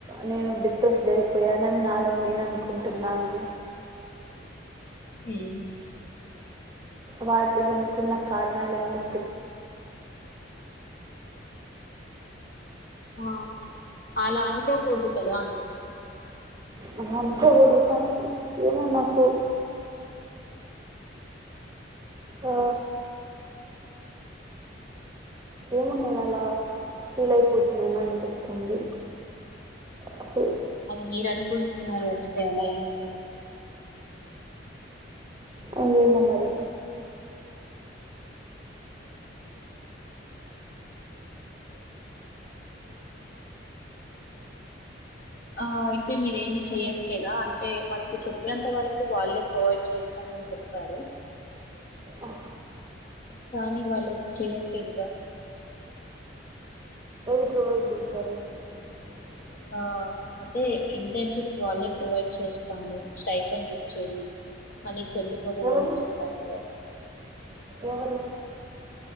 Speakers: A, on the right; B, on the left.
A: నేను డిప్రెస్డ్ అయిపోయ అన్న నాద నేను అనుకుంటున్నాను
B: ఉమ్
A: వాటివనుకున్న కారణలేమో
B: ఆ! అలా అనుకోకూడదు కదా! అంటున్నా.
A: అల అనుకోకూడదు కానీ ఏమో నాకు ఆ ఏమో నేను అలా ఫీల్ అయిపోతున్నాను అనిపిస్తుంది అసలు
B: అది మీరు అనుకుంటున్నారు అంటే అలా ఏంకాదు
A: ఆ ఏమో మరి
B: ఆ అయితే మీరేమి చెయ్యట్లేద అంటే మనకి చెప్పినంత వరకు వాళ్ళే ప్రొవైడ్ చేస్తం అని చెప్పారు
A: ఆ
B: కానీ వాళ్ళు చేయట్లేదు గ
A: <unintelligible>
B: ఆ అయితే ఇంటర్న్షిప్ వాళ్ళే ప్రొవైడ్ చేస్తాను స్టైఫండ్ ఇచ్చేవి మనీ చెల్ందుపోదులని
A: ఎవరు
B: చెప్పారు కదా
A: ఎవరు